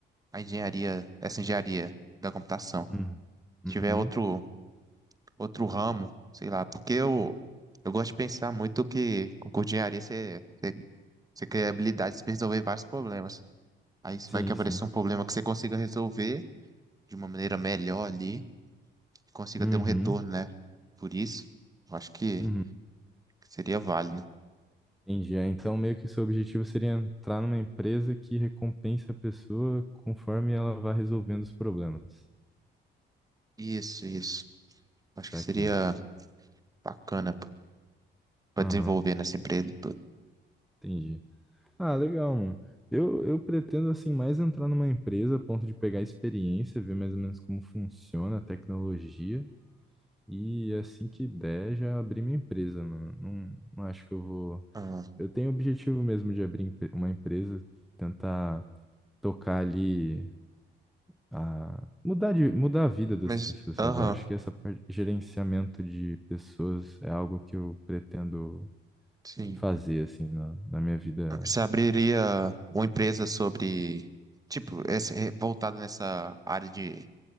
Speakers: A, on the right; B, in the centre.
A: a engenharia, essa engenharia da computação.
B: Uhum. Uhum.
A: Se tiver outro outro ramo, sei lá, porque eu, eu gosto de pensar muito que com engenharia você, você, você cria habilidades para resolver vários problemas. Aí você
B: Sim,
A: vai que aparecer
B: sim.
A: um problema que você consiga resolver de uma maneira melhor ali, consiga
B: Uhum.
A: ter um retorno, né? Por isso, eu acho que
B: Uhum.
A: seria válido.
B: Entendi. É, Então, meio que o seu objetivo seria entrar numa empresa que recompense a pessoa conforme ela vai resolvendo os problemas.
A: Isso, isso. Acho
B: Saquei.
A: que seria bacana. para
B: Aham,
A: desenvolver nessa empresa e tudo.
B: entendi. Ah, legal, mano. Eu, eu pretendo, assim, mais entrar numa empresa a ponto de pegar experiência, ver mais ou menos como funciona a tecnologia e, assim que der, já abrir minha empresa, mano. Não, não acho que eu vou...
A: Ah,
B: Eu tenho o objetivo mesmo de abrir empre- uma empresa, tentar tocar ali a mudar de, mudar a vida das
A: mas,
B: pessoas,
A: aham,
B: sabe? Eu acho que essa parte, gerenciamento de pessoas é algo que eu pretendo
A: sim.
B: fazer, assim, na, na minha vida.
A: Você abriria uma empresa sobre, tipo, esse, voltada nessa área de